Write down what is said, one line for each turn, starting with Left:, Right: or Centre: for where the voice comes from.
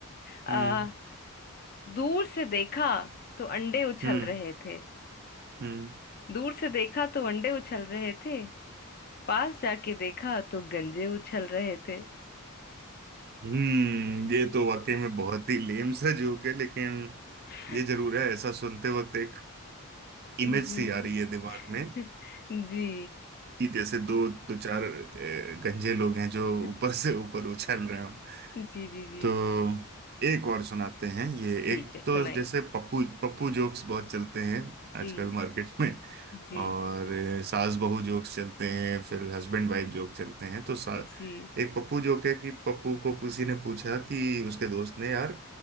Left: आ,
Right: हम्म
Left: दूर से देखा तो अंडे उछल
Right: हम्म
Left: रहे थे
Right: हम्म।
Left: दूर से देखा तो अंडे उछल रहे थे पास जाके देखा तो गंजे उछल रहे थे
Right: हम्म ये तो वाकई में बहुत ही लेम सा जोक है लेकिन
Left: <laughs>
Right: ये जरूर है ऐसा सुनते वक्त एक इमेज
Left: जी
Right: सी आ रही है दिमाग में अ,
Left: <laughs> जी
Right: कि जैसे दो दो चार अ, गंजे लोग हैं जो
Left: <laughs>
Right: ऊपर से ऊपर उछल रहे हो
Left: जी जी जी
Right: तो एक और सुनाते हैं ये
Left: ठीक
Right: एक
Left: है
Right: तो
Left: सुनाइए
Right: जैसे पप्पू पप्पू जोक्स बहुत चलते हैं
Left: जी
Right: आजकल मार्केट में
Left: जी
Right: और अ, सास बहू जोक्स चलते हैं फिर हस्बैंड वाइफ जोक चलते हैं तो सा,
Left: जी
Right: एक पप्पू जोक है कि पप्पू को किसी ने पूछा कि उसके दोस्त ने यार